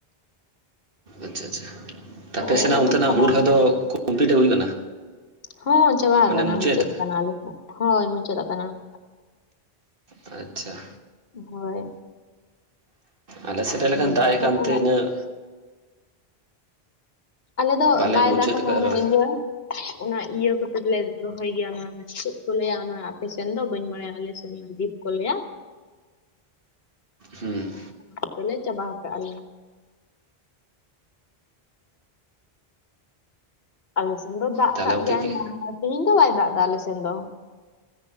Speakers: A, on the right; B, on the left.
A: ᱟᱪᱪᱷᱟ ᱟᱪᱪᱷᱟ,
B: ᱦᱳᱭ
A: ᱟᱯᱮ ᱥᱮᱱᱟᱜ
B: ᱟᱞᱮ ᱫᱚᱞᱮ
A: ᱚᱱᱛᱮᱱᱟᱜ
B: ᱪᱟᱵᱟᱣ
A: ᱦᱩᱲᱩ ᱨᱚᱦᱚᱭ
B: ᱠᱟᱱᱟ
A: ᱫᱚ ᱠᱚᱢᱯᱞᱤᱴ ᱦᱩᱭ ᱠᱟᱱᱟ?
B: ᱦᱚᱸ ᱪᱟᱵᱟᱣ
A: ᱢᱟᱱᱮ
B: ᱠᱟᱱᱟ ᱢᱩᱪᱟᱹᱫ
A: ᱮᱱ ᱛᱟᱯᱮ
B: ᱠᱟᱱᱟ ᱟᱫᱚ ᱦᱳᱭ ᱢᱩᱪᱟᱹᱫ ᱠᱟᱱᱟ ᱾
A: ᱟᱪᱪᱷᱟ ᱾
B: ᱦᱳᱭ ᱾
A: ᱟᱞᱮ ᱥᱮᱫ ᱦᱮᱡ ᱞᱮᱠᱷᱟᱱ
B: ᱱᱤᱛᱚᱜ
A: ᱫᱟᱜ ᱮ
B: ᱫᱚ
A: ᱠᱟᱱᱛᱮ
B: ᱚᱲᱟᱜ
A: ᱤᱱᱟᱹᱜ
B: ᱟᱞᱮ ᱫᱚ
A: ᱵᱟᱞᱮ
B: ᱵᱟᱭ
A: ᱢᱩᱪᱟᱹᱫ
B: ᱫᱟᱜ
A: ᱟᱠᱟᱫ
B: ᱢᱟᱱᱮ
A: ᱨᱮᱦᱚᱸ
B: ᱤᱭᱟᱹᱜ-ᱟ᱾ ᱚᱱᱟ ᱤᱭᱟᱹ ᱠᱚᱛᱮᱞᱮ ᱨᱚᱦᱚᱭ ᱜᱮᱭᱟ ᱞᱮ ᱚᱱᱟ ᱪᱮᱫ ᱠᱚ ᱞᱟᱹᱭᱟ ᱚᱱᱟ ᱟᱯᱮ ᱥᱮᱱ ᱫᱚ ᱵᱟᱹᱧ ᱵᱟᱲᱟᱭᱟ ᱟᱞᱮ ᱥᱮᱱ ᱫᱚ ᱫᱤ ᱠᱚ ᱞᱟᱹᱭᱟ᱾
A: ᱦᱩᱸ᱾
B: ᱠᱚᱛᱮ ᱞᱮ ᱪᱟᱵᱟ ᱠᱟᱜᱼᱟ ᱞᱮ ᱟᱞᱮ ᱥᱮᱱ ᱫᱚ ᱫᱟᱜ
A: ᱛᱟᱦᱚᱞᱮ
B: ᱠᱟᱜ
A: ᱚᱱᱛᱮ
B: ᱜᱮᱭᱟᱭ
A: ᱠᱤ
B: ᱢᱟᱲᱟᱝ, ᱛᱤᱦᱤᱧ ᱫᱚ ᱵᱟᱭ ᱫᱟᱜ ᱫᱟ ᱟᱞᱮ ᱥᱮᱱ ᱫᱚ᱾